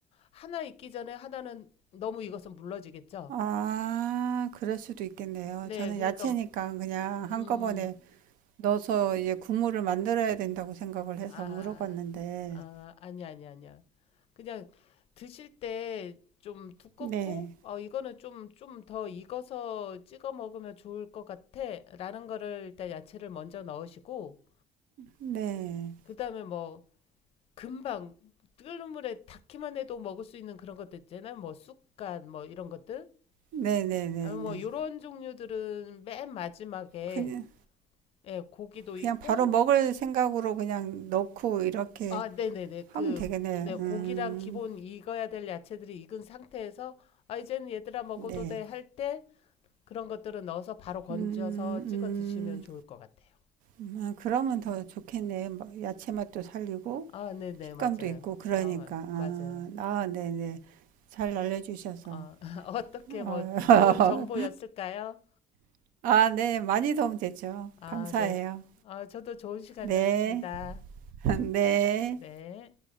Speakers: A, on the left (about 40°); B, on the right (about 65°).
A: 하나 익기 전에 하나는 너무 익어서 물러지겠죠?
B: 아, 그럴 수도 있겠네요.
A: 네,
B: 저는
A: 그러니까
B: 야채니까 그냥
A: 음,
B: 한꺼번에 넣어서 이제 국물을 만들어야 된다고 생각을
A: 아,
B: 해서 물어봤는데,
A: 아, 아니야, 아니야, 아니야. 그냥 드실 때 좀 두껍고,
B: 네,
A: 어, 이거는 좀, 좀 더 익어서 찍어 먹으면 좋을 것 같아. 라는 거를 일단 야채를 먼저 넣으시고,
B: 네,
A: 그 다음에 뭐, 금방 끓는 물에 닿기만 해도 먹을 수 있는 그런 것들 있잖아요. 뭐 쑥갓 뭐 이런 것들.
B: 네, 네, 네,
A: 아, 뭐
B: 네.
A: 요런 종류들은 맨 마지막에
B: 그냥,
A: 예, 고기도
B: 그냥
A: 있고
B: 바로 먹을 생각으로 그냥 넣고 이렇게
A: 아, 네네네.
B: 하면
A: 그
B: 되겠네.
A: 네, 고기랑
B: 음,
A: 기본 익어야 될 야채들이 익은 상태에서 아, 이제는 얘들아 먹어도
B: 네.
A: 돼 할 때 그런 것들은 넣어서 바로 건져서
B: 음,
A: 찍어 드시면 좋을 것 같아요.
B: 음, 아, 그러면 더 좋겠네. 뭐 야채 맛도 살리고,
A: 아, 네네,
B: 식감도
A: 맞아요.
B: 있고, 그러니까.
A: 아, 마-
B: 아,
A: 맞아요.
B: 아, 네, 네. 잘 알려주셔서.
A: 아, <laughs> 어떻게 뭐
B: 어,
A: 좋은 정보였을까요?
B: <laughs> 아, 네, 많이 도움되죠.
A: 아,
B: 감사해요.
A: 네. 아, 저도 좋은 시간이었습니다.
B: 네, <laughs> 네.
A: 네.